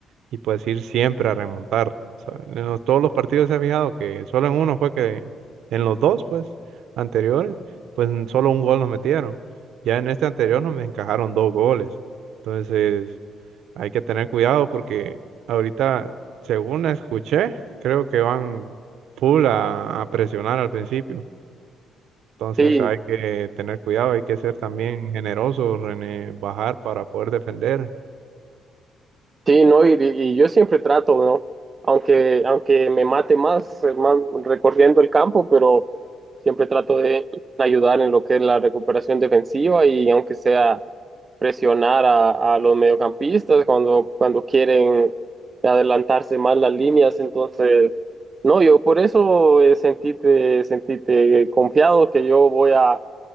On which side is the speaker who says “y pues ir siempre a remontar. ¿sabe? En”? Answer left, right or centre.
Right